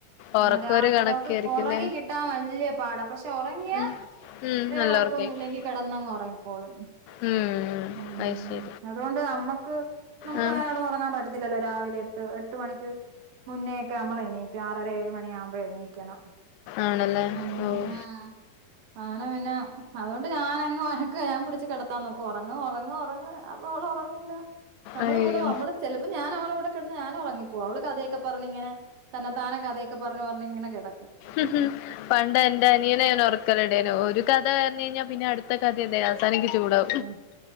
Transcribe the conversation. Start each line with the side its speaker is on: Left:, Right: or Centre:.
Left: ഒറക്കം
Right: ആഹ് രാത്രി
Left: ഒരു കണക്കായിരിക്കുംല്ലേ
Right: അവക്ക് ഒറങ്ങി കിട്ടാൻ വല്ല്യ പാടാ പക്ഷെ ഒറങ്ങിയാ
Left: ഉം ഉം
Right: വേറെ
Left: നല്ല
Right: കൊഴപ്പൊന്നും
Left: ഒറക്കായിരിക്കും
Right: ഇല്ലെങ്കി കെടന്നങ്ങോറങ്ങിക്കോളും
Left: ഉം
Right: ഉം
Left: അത് ശരി
Right: അതുകൊണ്ട് നമ്മക്ക് നമ്മക്ക്
Left: ആഹ്
Right: അങ്ങനെ കെടന്ന് ഒറങ്ങാൻ പറ്റത്തില്ലല്ലോ രാവിലെ എട്ട് എട്ട് മണിക്ക് മുന്നേ ഒക്കെ നമ്മളെ എണീക്കും ആറര ഏഴുമ മണിയാകുമ്പോൾ എണീക്കണം
Left: ആണല്ലേ
Right: ആഹ്
Left: ഓഹ്
Right: അങ്ങനെ പിന്നെ അതുകൊണ്ട് ഞാനങ് വഴക്ക് ഞാൻ പിടിച്ച് കെടത്താൻ നോക്കും ഒറങ്ങ് ഒറങ്ങ് ഒറങ്ങ് അപ്പം അവളൊറങ്ങൂല നമ്മള്
Left: അയ്യോ
Right: കൂടെ നമ്മള് ചെലപ്പം അപ്പ ഞാനവളെ കൂടെ കെടന്ന് ഞാനൊറങ്ങി പോവും അവള് കഥയൊ പറഞ്ഞിങ്ങനെ തന്ന താനേ കഥയൊക്കെ പറഞ്ഞ് പറഞ്ഞിങ്ങനെ കെട
Left: ഉം ഉം പണ്ടെന്റെ അനിയനെ ഞാനൊറ ഒരു കഥ പറഞ്ഞ് കഴിഞ്ഞാ പിന്നെ അടുത്ത കഥ എന്തേനാ തനിക്ക് ചൂടാവും
Right: ആഹ്